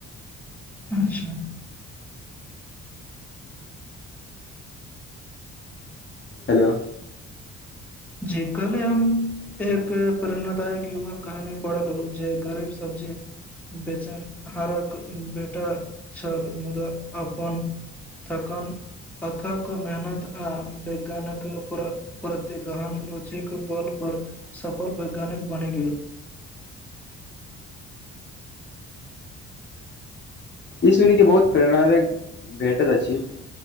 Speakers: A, in the centre; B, on the left.
A: अच्छा
B: हेलो
A: जे कल्हे हम एक प्रेरणादायक युवक कहानी पढ़लहु जे गरीब सब्जी बेचन हारक बेटा छल मुद्दा अपन थकन अथक मेहनत आऽ वैज्ञानक प्रत गहन रुचिक बल पर सफल वैज्ञानिक बनि गेल
B: ई सुन के बहुत प्रेरणादायक भेटैत अछि